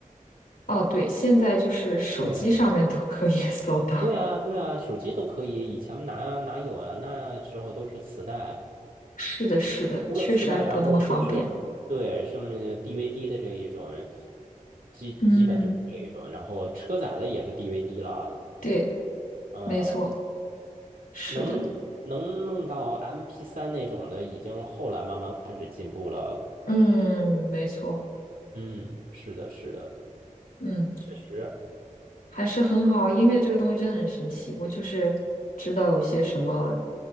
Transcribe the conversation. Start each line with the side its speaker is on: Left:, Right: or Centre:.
Left: 哦，对，现在就是手机上面都可以
Right: 对，
Left: <laughs> 搜到。
Right: 对啊，对啊，手机都可以，以前哪哪有啊？那时候都是磁带。
Left: 是的，是的，
Right: 除了磁带，
Left: 确实还不那么方便。
Right: 然后就是对什么 DVD 的这一种，基基本就是这一种，
Left: 嗯，
Right: 然后车载的也是 DVD 了，
Left: 对，
Right: 嗯，
Left: 没错，是的，
Right: 能能弄到 m p 三那种的，已经后来慢慢开始进步了。
Left: 嗯，没错，
Right: 嗯，是的，是的，
Left: 嗯，
Right: 确实。
Left: 还是很好。音乐这个东西真的很神奇，我就是知道有些什么